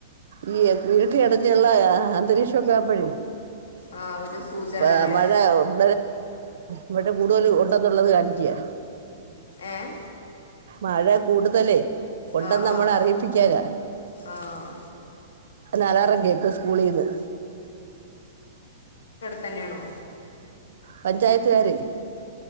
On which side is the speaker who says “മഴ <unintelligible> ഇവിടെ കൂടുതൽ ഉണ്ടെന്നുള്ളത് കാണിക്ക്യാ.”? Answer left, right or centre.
Right